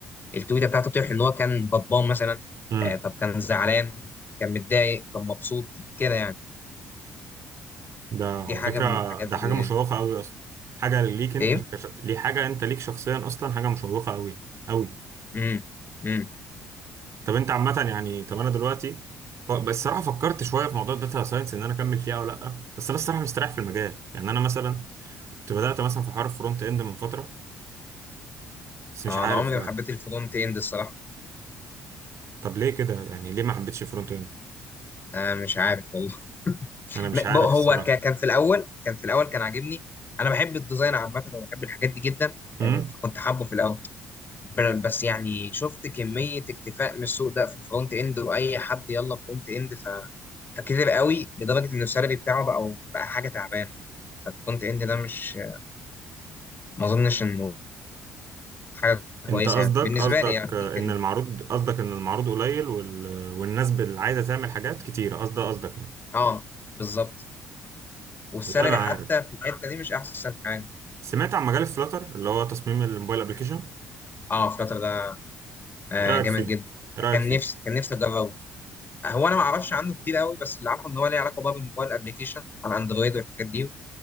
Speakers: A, on the left; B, on the right.
A: التويته بتاعته بتوضح ان هو كان غضبان مثلا
B: امم
A: آه، طب كان زعلان كان متضايق كان مبسوط كده يعني
B: ده على
A: دي حاجه
B: فكره
A: من الحاجات
B: ده
A: اللي
B: حاجه مشوقه قوي اصلا حاجه ليك انت
A: ايه
B: كش... ليه حاجه انت ليك شخصيا اصلا حاجه مشوقه قوي قوي
A: امم امم
B: طب انت عامة يعني طب انا دلوقتي ف- بس الصراحة فكرت شوية في موضوع الداتا ساينس ان انا اكمل فيه او لا بس انا الصراحة مستريح في المجال يعني انا مثلا كنت بدأت مثلا في حوار فرونت اند من فترة بس مش
A: آه،
B: عارف
A: انا عمري
B: بقى
A: ما حبيت الفرونت اند الصراحه
B: طب ليه كده يعني ليه ما حبيتش فرونت اند
A: آه مش عارف والله <laughs>
B: انا مش
A: م-
B: عارف
A: بق- هو
B: الصراحة
A: ك- كان في الاول كان في الاول كان عاجبني انا بحب الديزاين عامه وبحب الحاجات دي جدا
B: امم
A: آه، فكنت حابه في الاول ب- بس يعني شفت كمية اكتفاء من السوق ده في الفرونت اند واي حد يلا فرونت اند ف... فكتر قوي لدرجة ان السالري بتاعه بقى بقى حاجة تعبانة فالفرونت اند ده مش ما اظنش انه حاجة
B: انت
A: كويسة
B: قصدك
A: يعني بالنسبة
B: قصدك
A: لي يعني
B: آه،
A: ممكن
B: ان المعروض قصدك ان المعروض قليل وال... والناس اللي عايزة تعمل حاجات كتيرة قصدك قصدك يعني
A: اه بالظبط والسالري
B: والله ما عارف
A: حتى في الحتة دي مش احسن حاجة
B: سمعت عن مجال الفلاتر اللي هو تصميم الموبايل ابلكيشن
A: اه فلاتر ده آه
B: ايه رأيك
A: جامد
B: فيه
A: جدا
B: ايه رأيك
A: كان
B: فيه
A: نفسي كان نفسي اجربه هو انا ما اعرفش عنه كتير قوي بس اللي عارفه ان هو ليه علاقة بقى بالموبايل ابلكيشن على اندرويد والحاجات دي